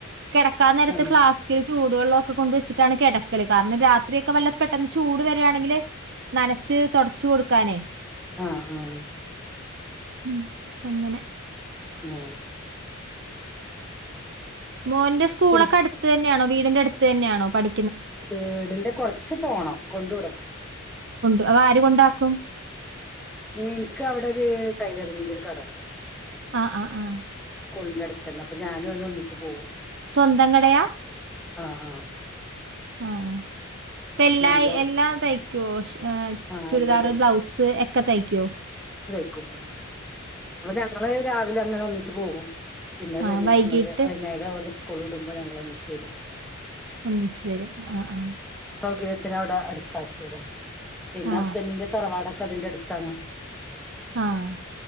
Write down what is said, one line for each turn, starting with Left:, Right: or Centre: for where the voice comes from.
Right: കെടക്കാൻ നേരത്ത്
Centre: ആഹ്
Right: ഫ്ലാസ്ക് ല് ചു ചൂടു വെള്ളൊക്കെ കൊണ്ട് വെച്ചിട്ടാണ് കിടക്കല് കാരണം രാത്രിയൊക്കെ വല്ല പെട്ടെന്ന് ചൂട് വരാണെങ്കില് നനച്ച് തുടച്ചു കൊടുക്കാനേ
Centre: ആ ആ
Right: ഉം അങ്ങനെ
Centre: ആ
Right: മോന്റെ സ്കൂളൊക്കെ
Centre: പിന്നെ
Right: അടുത്ത് ത ന്നെ ആണോ വീടിന്റെ അടുത്ത് തന്നാണോ പഠി
Centre: വീടിന്റെ കൊറച്ച് പോണം കൊണ്ട് വിടണം
Right: അപ്പ ആര് കൊണ്ടാക്കും
Centre: ഇൻക്ക് അവിടെ ഒരു ടൈലറിങ്ങിന്റെ ഒരു കടണ്ട്
Right: ആ ആ ആ
Centre: സ്കൂളിന്റെ അടുത്തന്നെ അപ്പൊ ഞാനും അവനും ഒന്നിച്ചു പോവും
Right: സ്വന്തം കടയാ
Centre: ആ ആ
Right: ആ ഇപ്പ എല്ലാ
Centre: ഞങ്ങള്
Right: എല്ലാം തയ് ക്കുവോ ഷ്
Centre: ആഹ്
Right: ചുരിദാർ
Centre: എല്ലാം തയ്ക്കും
Right: ബ്ലൗസ് എക്കെ തയ്ക്കോ
Centre: ക്കും അപ്പൊ ഞങ്ങള് രാ വിലങ്ങനെ ഒന്നിച്ച് പോകും പിന്നെ അത്
Right: ആ
Centre: കഴിഞ്ഞിട്ട്
Right: വൈകീട്ട്
Centre: ഞങ്ങള് വൈകുന്നേരം ഓലെ സ് കൂൾ വിടുമ്പം ഞങ്ങൾ ഒന്നിച്ച് വിരും
Right: ഒന്നിച്ചു വരും ആ ആ
Centre: കര്യത്തിന് അവിടെ അടുത്താക്കിയതാ പിന്നെ
Right: ആ
Centre: ഹസ്ബൻഡിന്റെ തറവാടൊക്കെ അതിൻ്റെ അടുത്താണ്
Right: ആഹ്